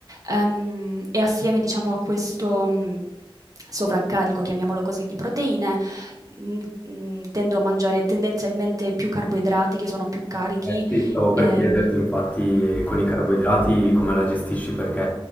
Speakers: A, on the right; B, on the left.
A: ehm, e assieme, diciamo, a questo... mh, Sovraccarico, chiamiamolo così, di proteine, mh, mh, tendo a mangiare tendenzialmente più carboidrati che sono più carichi,
B: Eh sì, stavo per
A: ehm,
B: chiederti infatti con i carboidrati come la gestisci perché